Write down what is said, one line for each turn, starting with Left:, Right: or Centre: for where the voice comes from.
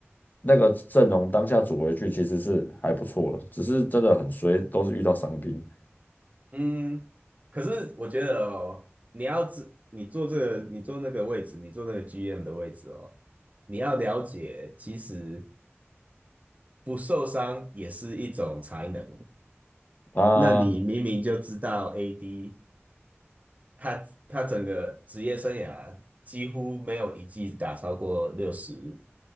Left: 那个阵容当下组回去其实是还不错了，只是真的很衰，都是遇到伤兵
Right: 嗯，可是我觉得哦，你要知你坐这个，你坐那个位置，你坐那个 GM 的位置哦，你要了解，其实不受伤也是一种才能。
Left: 啊。
Right: 那你明明就知道 AD 他他整个职业生涯几乎没有一季打超过六十